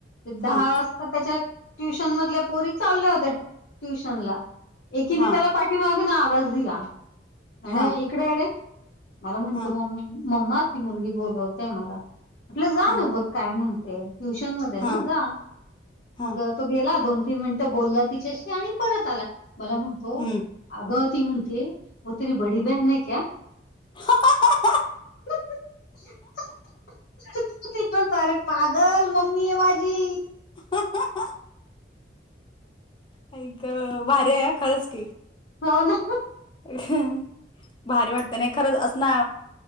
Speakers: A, on the left; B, on the left.
A: दहा
B: हां
A: वाज ता त्याच्या ट्युशन मधल्या पोरी. चालल्या होत्या ट्युशनला. एकीने
B: हां
A: त्याला पा पाठीमागन आवाज दिला. म्हणे,
B: हां
A: इकडे रे. मला म्हणतो
B: हां
A: म मम्मा, ती मुलगी बोलवतेय मला. म्हटलं, जा
B: हां
A: न बघ काय म्हणते? ट्युशन मध्ये
B: हां
A: ना जा.
B: हां
A: मग तो गेला. दोन- तीन मिनिटं बोलला तिच्याशी. आणि परत आला. मला म्हणतो
B: हं.
A: अगं, ती म्हणतिये. वो तेरी बडी बेहन हे क्या?
B: <unintelligible>
A: <unintelligible> तो मनतो अरे, पा गल. मम्मीय, माजी.
B: <unintelligible> आई ग! भारी ह, खरंच की.
A: हो, ना.
B: <unintelligible> भारी वाटतं ना, खरंच. अस ना